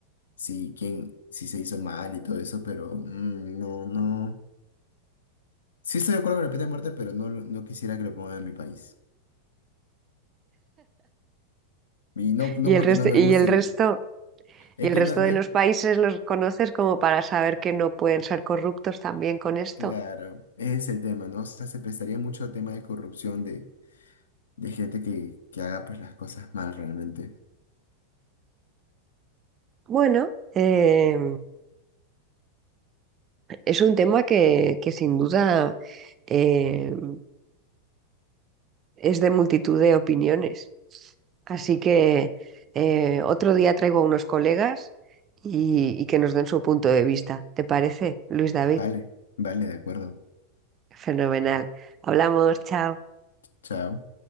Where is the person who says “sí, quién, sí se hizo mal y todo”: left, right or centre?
Left